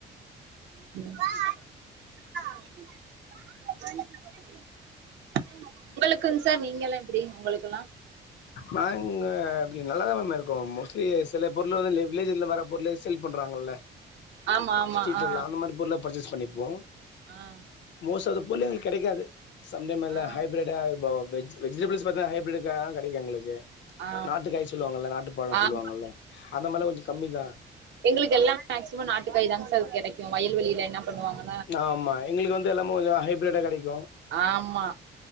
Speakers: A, on the right; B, on the left.
A: ம் உங்களுக்குங் சார் நீங்கல்லா எப்டி உங்களுக்கெல்லா
B: நாங்க அப்டியே நல்லாதா மேம் இருக்கோ மோஸ்ட்லி செல பொர்ளு வந்து வில்லேஜில்ல வர பொர்ளு செல் பண்றாங்கல்ல
A: ஆமா ஆமா
B: ஸ்ட்ரீட்லல்லா
A: ஆ
B: அந்த மாரி பொர்ள பர்ச்சேஸ் பண்ணிப்போ
A: ஆ
B: மோஸ்ட் அத ள்ளே அங் கெடைக்காது சம்டைம் அத்ல
A: ஆ
B: ஹைப்ரெட்டு‌ ஆ போ வெஜ் வெஜிடபுள்ஸ் பாத்தா ஹைப்ரிட்டு கா டிக் எங்களுக்கு
A: ஆ
B: நாட்டுக் காய் சொல்லுவாங்கல்ல நாட்டுப் பழோ
A: ஆமா
B: சொல்லுவாங்கல்ல அந்த மார்லா கொஞ்சொ கம்மிதா
A: எங்குளுக்கு எல்லாமே மேக்சிமோ நாட்டுக்காய் தாங்க சார் கெடைக்கு வயல்வெளில இன்னா பண்வாங் பண்ணுவாங்க
B: ஆமா எங்குளுக்கு வந்து எல்லாமே கொஞ்சோ ஹைப்ரெட்டா கெடைக்கோ
A: ஆமா